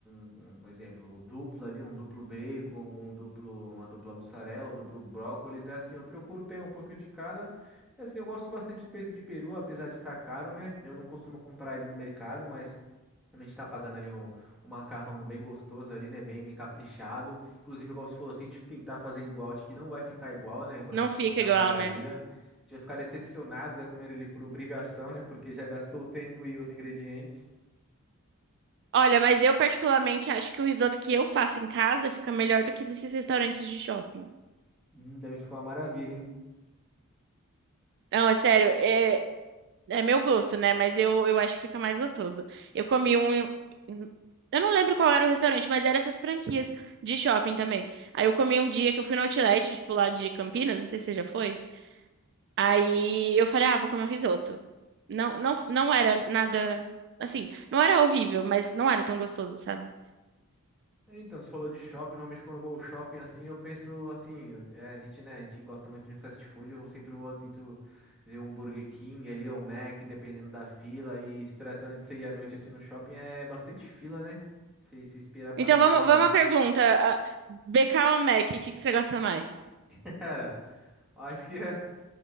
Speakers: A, in the centre; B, on the right.
A: um, um exemplo, um duplo ali, um duplo bacon, um duplo, uma dupla mussarela, um duplo brócolis, é assim, eu procuro pegar um pouquinho de cada. E assim, eu gosto bastante do peito de peru, apesar de estar caro, né? Eu não costumo comprar ele no mercado, mas a gente tá pagando ali um, um macarrão bem gostoso ali, né? Bem, bem caprichado. Inclusive, igual você falou, se a gente tentar fazer igual, acho que não vai ficar igual, né? Igual
B: Não
A: a gente tava
B: fica
A: falando da
B: igual,
A: padaria.
B: né?
A: A gente vai ficar decepcionado, né? Comer ele por obrigação, né? Porque já gastou o tempo e os ingredientes.
B: Olha, mas eu particularmente acho que o risoto que eu faço em casa fica melhor do que desses restaurantes de shopping.
A: Hum, deve ficar uma maravilha, hein?
B: Não, é sério, é, É meu gosto, né? Mas eu, eu acho que fica mais gostoso. Eu comi um. Eu não lembro qual era o restaurante, mas era essas franquias de shopping também. Aí eu comi um dia que eu fui no Outlet, tipo lá de Campinas, não sei se você já foi. Aí eu falei, ah, vou comer um risoto. Não, não, não era nada. Assim, não era horrível, mas não era tão gostoso, sabe?
A: É, Então, você falou de shopping, normalmente quando eu vou ao shopping assim, eu penso assim, é, a gente, né, a gente gosta muito de um fast food, eu sempre vou, tento ver um Burger King ali, ou um Mac, dependendo da fila, e se tratando de sair à noite assim no shopping, é bastante fila, né? Se, se esperar pra
B: Então
A: comer
B: vamos, vamos
A: ali,
B: à pergunta. ah, BK ou Mac, o que que você gosta mais?
A: <laughs> cara, eu acho que é...